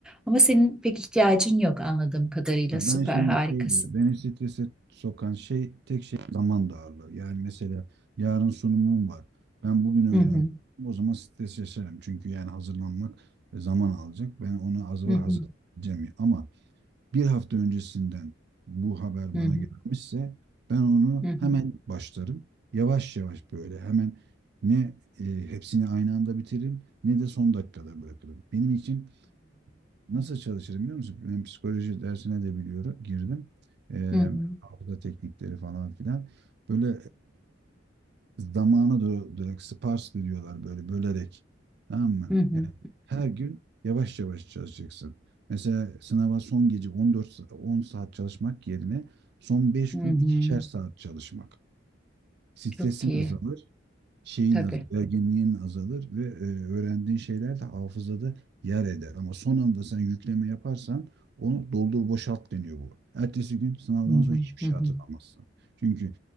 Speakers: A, in the centre; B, on the right.
A: Ama senin pek ihtiyacın yok anladığım kadarıyla.
B: Ben
A: Süper,
B: şimdi
A: harikasın.
B: şöyle, beni strese sokan şey tek şey zaman darlığı. Yani mesela yarın sunumum var. Ben bugün öğrendim.
A: Hı hı.
B: O zaman stres yaşarım. Çünkü yani hazırlanmak e, zaman alacak. Ben ona az var
A: Hı hı.
B: hazırlayacağım. Ama bir hafta öncesinden bu haber
A: Hı
B: bana
A: hı.
B: gelmişse ben onu
A: Hı hı.
B: hemen başlarım. Yavaş yavaş böyle hemen ne e, hepsini aynı anda bitiririm ne de son dakikada bırakırım. Benim için Nasıl çalışırım biliyor musun? Ben psikoloji dersine de biliyorum, girdim. Ee,
A: Hı hı. Hı hı.
B: hafıza teknikleri falan filan. Böyle e, zamanı do- direkt sparsely diyorlar böyle bölerek. Tamam mı?
A: Hı hı.
B: Yani her gün yavaş yavaş çalışacaksın. Mesela sınava son gece 14 sa- 10 saat çalışmak yerine son beş
A: Hı
B: gün
A: hı.
B: ikişer saat çalışmak. Stresin
A: Çok iyi.
B: azalır, şeyin
A: Tabii.
B: az, gerginliğin azalır ve e, öğrendiğin şeyler de hafızada yer eder. Ama son anda sen yükleme yaparsan onu doldur boşalt deniyor bu. Ertesi gün sınavdan
A: Hı hı,
B: sonra hiçbir şey
A: hı hı,
B: hatırlamazsın. Çünkü